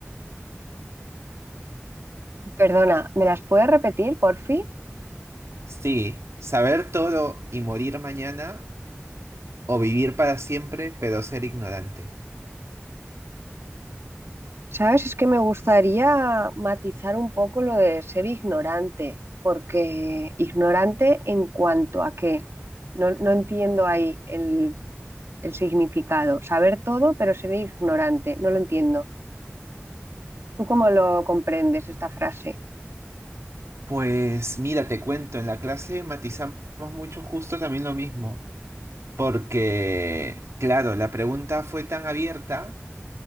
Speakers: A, on the right; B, on the right.
A: Perdona, ¿me las puedes repetir, por fin?
B: Sí, saber todo y morir mañana o vivir para siempre pero ser ignorante.
A: Sabes, es que me gustaría matizar un poco lo de ser ignorante, porque ignorante en cuanto a qué. No, no entiendo ahí el, el significado. Saber todo, pero ser ignorante. No lo entiendo. ¿Tú cómo lo comprendes esta frase?
B: Pues mira, te cuento, en la clase matizamos mucho justo también lo mismo. Porque, claro, la pregunta fue tan abierta